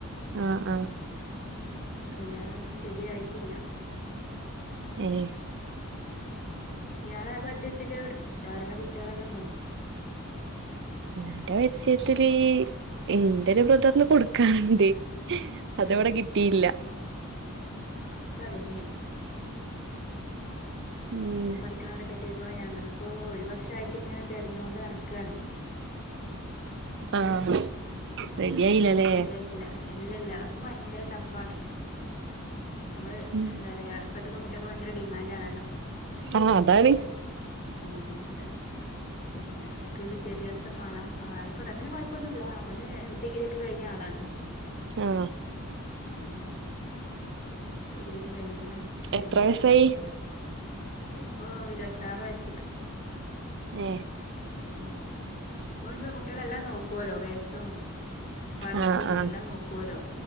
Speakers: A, on the right; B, on the left.
A: ആഹ് ആഹ്
B: കല്യാണൊന്നും ശരിയായിട്ടില്ല
A: <inaudible>
B: ഇയാളാപാര്യാജയ്ത്തില് <unintelligible> കുട്ടികളൊക്കെ ഉണ്ടോ
A: എന്റെ പരിജയത്തില് എന്റെ ഒരു ബ്രദറിന് കൊടുക്കാനുണ്ട് അതവിടെ
B: ആ
A: കിട്ടിയില്ല
B: അക്കും തന്നെയാണ്
A: ഉം
B: ഒപ്പം പഠിക്കണോലേക്കെറ്റിയപ്പോ ഞങ്ങളിപ്പോ ഒരു വർഷ ആയിട്ട് ഇങ്ങ തെരഞ്ഞോണ്ട് നടക്കണ്
A: ആഹ് റെഡി ആയില്ലല്ലേ
B: ഒന്നും ശരിയായിട്ടില്ല ഇല്ല ഇല്ല അപ്പൊ ഭയങ്കര ടഫ് ആണ് ഞമ്മള്
A: ഉം
B: എന്താ പറയാ ഇപ്പയത്തെ പെൺകുട്ടികൾക്ക് ഭയര ഡിമാൻഡ് ആണ്
A: ആ അതാണ്
B: ആ അതാണ് പിന്നെ അവർക്ക് വിദ്യാഭ്യാസം വേണം ആയിക്കോട്ടെ അതിന് കൊയപ്പൊന്നൂല്ല ഓന് ഡിഗ്രി ഒക്കെ കഴിഞ്ഞ ആളാണ്
A: ആഹ്
B: ഉം ഡിഗ്രിക്കെ കഴിഞ്ഞാണ് പിന്നെ
A: എത്ര വയസായി
B: എന്താ ഇപ്പോൾ ഇരുപത്തി ത്താറവയസ്സിക്
A: ഹ
B: ഉം ഇപ്പൊ പെൺകുട്ടികളെല്ലാം നോക്കുവല്ലോ വയസ്സും പഠിപ്പും
A: ആഹ് ആഹ്
B: എല്ലാം നോക്കുവലോ